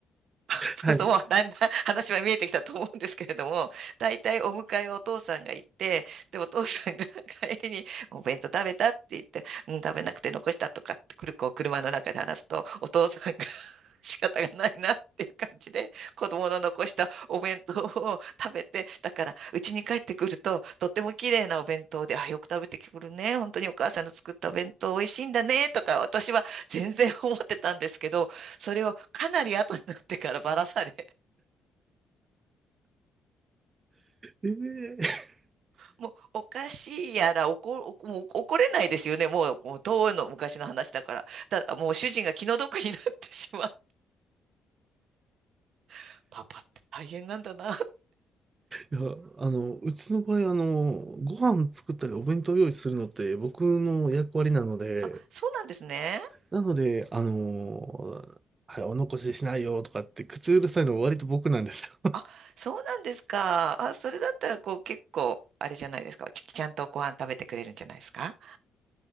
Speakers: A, on the right; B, on the right.
A: <laughs> そうそう、
B: はい。
A: もうだんだん話は見えてきたと思うんですけれども、大体お迎えはお父さんが行って、で、お父さんが <laughs> 帰りに、お弁当食べたって言って、うん、食べなくて残したとかってくる、こう、車の中で話すと、お父さんが <laughs> 仕方がないなっていう感じで、子供の残したお弁当を食べて、だから、うちに帰ってくると、とっても綺麗なお弁当で、あ、よく食べてくるね。本当にお母さんの作ったお弁当美味しいんだね、とか、私は全然思ってたんですけど、それをかなり後になってからばらされ、
B: ええ
A: <laughs> もうおかしいやら怒、おもう怒れないですよね。もう、もう遠いの昔の話だから。ただもう主人が気の毒になってしまう。<laughs> パパって大変なんだな。
B: いや、あの、うちの場合、あの、ご飯作ったりお弁当用意するのって僕の役割なので、
A: あ、そうなんですね。
B: なので、あのーはい、お残ししないよとかって口うるさいのは割と僕なんですよ。
A: あ、そうなんですか。あ、それだったらこう結構、あれじゃないですか。ちちゃんとご飯食べてくれるんじゃないですか。